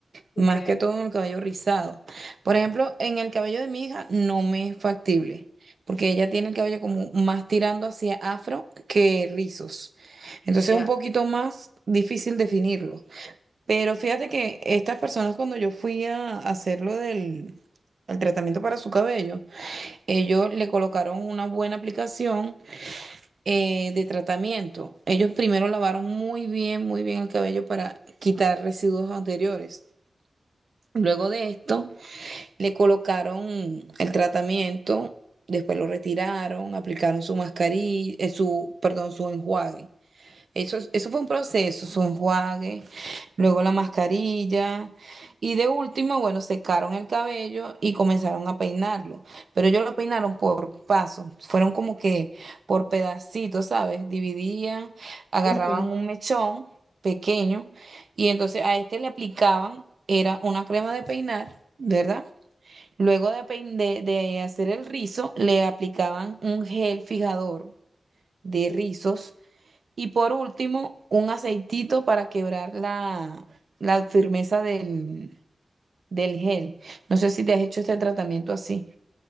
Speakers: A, on the right; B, on the left.
A: más
B: Okay,
A: que todo en el cabello rizado. Por ejemplo, en el cabello de mi hija no me es factible, porque ella tiene el cabello como más tirando hacia afro que rizos. Entonces
B: ya.
A: es un poquito más difícil definirlo. Pero fíjate que estas personas cuando yo fui a hacerlo del el tratamiento para su cabello, ellos le colocaron una buena aplicación eh, de tratamiento. Ellos primero lavaron muy bien, muy bien el cabello para quitar residuos anteriores. Luego de esto, le colocaron el tratamiento, después lo retiraron, aplicaron su mascarilla, eh, su, perdón, su enjuague. Eso, es- eso fue un proceso, su enjuague, luego la mascarilla y de último, bueno, secaron el cabello y comenzaron a peinarlo. Pero ellos lo peinaron por pasos, fueron como que por pedacitos, ¿sabes? Dividían, agarraban
B: Ujú.
A: un mechón pequeño y entonces a este le aplicaban, era una crema de peinar, ¿verdad? Luego de, pein- de de hacer el rizo, le aplicaban un gel fijador de rizos y por último, un aceitito para quebrar la, la firmeza del, del gel. No sé si te has hecho este tratamiento así.